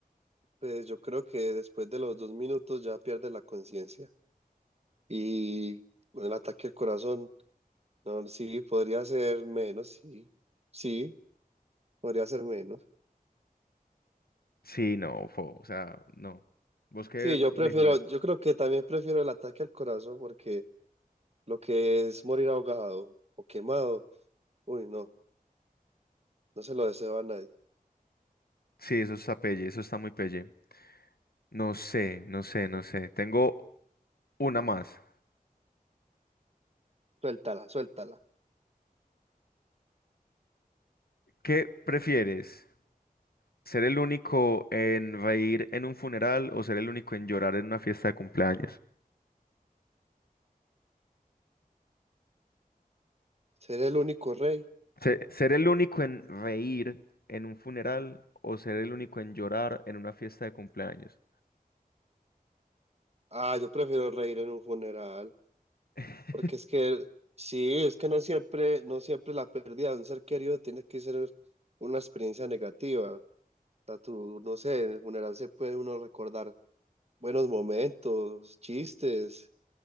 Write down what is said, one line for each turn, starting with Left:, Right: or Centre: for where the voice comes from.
Right: Pues yo creo que después de los dos minutos ya pierde la conciencia. Y con el ataque al corazón. No, sí, podría ser menos, sí. Sí, podría ser menos.
Left: Sí, no, fo, o sea, no. ¿Vos qué
Right: Sí, yo prefiero,
Left: elegirías?
Right: yo creo que también prefiero el ataque al corazón porque lo que es morir ahogado o quemado, uy, no, no se lo deseo a nadie.
Left: Sí, eso está pelle, eso está muy pelle. No sé, no sé, no sé. Tengo una más.
Right: Suéltala, suéltala.
Left: ¿Qué prefieres? ¿Ser el único en reír en un funeral o ser el único en llorar en una fiesta de cumpleaños?
Right: Ser el único rey.
Left: Se- ¿Ser, el único en reír en un funeral o ser el único en llorar en una fiesta de cumpleaños?
Right: Ah, yo prefiero reír en un funeral
Left: <laughs>
Right: porque es que, sí, es que no siempre, no siempre la pérdida de un ser querido tiene que ser una experiencia negativa. O sea, tú, no sé, en el funeral se puede uno recordar buenos momentos, chistes